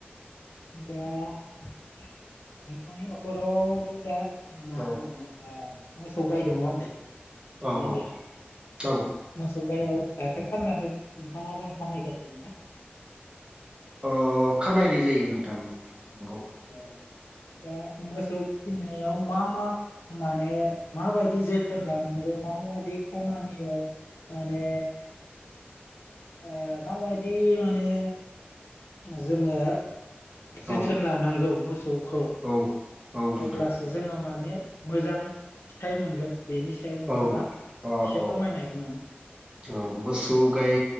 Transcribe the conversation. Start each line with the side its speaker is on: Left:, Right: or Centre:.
Left: दा नोंथांनि न'खरावथ' दा मा
Right: औ
Left: होनो ओ मोसौ गाय दङ होन दे नङा
Right: औ
Left: होमब्ला
Right: औ औ
Left: मोसौ गायाव गाइखेर फाननानै नोंथाङा गोन खामायगासिनो ना
Right: अ खामायनाय जायो नोंथां। नंगौ
Left: औ। दा मोसौ फिसिनायाव मा मा माने माबायदि जोथोन लानांगौ मा बे खामानियाव माने ओ माबायदि माने जोङो जोथोन
Right: औ
Left: लानांगौ मो थौखौ
Right: औ औ नोंथां
Left: अब्लासो जोङो माने मोजां फिथाइ मोनगोन। बेनि सायाव नोंथाङा
Right: औ अ
Left: एसे
Right: औ
Left: फोरमायनो हागोन नामा?
Right: औ मोसौ गाय